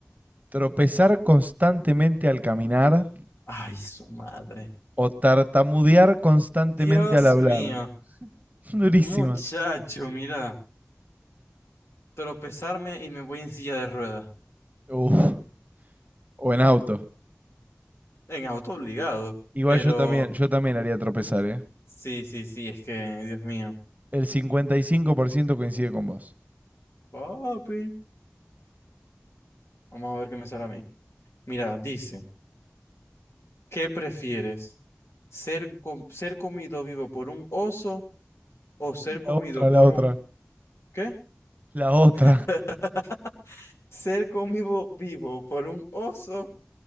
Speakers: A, on the right (about 35°); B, on the left (about 70°).
A: Tropezar constantemente al caminar
B: Ay, su madre.
A: O tartamudear constantemente
B: Dios
A: al hablar.
B: mío,
A: <laughs> Durísima.
B: muchacho, mira, tropezarme y me voy en silla de ruedas,
A: Uf. O en auto.
B: en auto obligado,
A: Igual
B: pero
A: yo también, yo también haría tropezar, ¿eh?
B: sí, sí, sí, es que, Dios mío.
A: El 55% coincide con vos.
B: Papi, vamos a ver qué me sale a mí. Mira, dice. ¿Qué prefieres? ¿Ser, com- ser comido vivo por un oso o ser comido
A: La otra,
B: por
A: la otra.
B: un... ¿Qué?
A: La otra.
B: <laughs> ¿Ser comido vivo por un oso